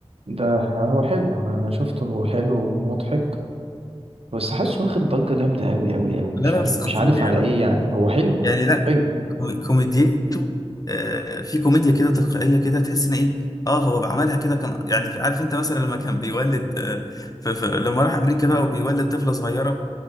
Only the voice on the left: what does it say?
لا لا
بس خطير
يا
جدع
يعني لا
كو- كوميديته آه، في كوميديا كده تلقائيه كده تحس ان ايه اه هو بعملها كده كان يعني عارف انت مثلا لما كان بيولد آه، ف- ف- لما راح امريكا بقى وبيولد طفله صغيره